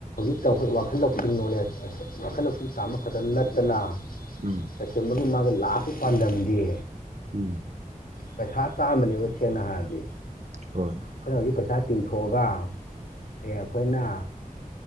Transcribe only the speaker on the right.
ꯎꯝ
ꯎꯝ
ꯍꯣꯏ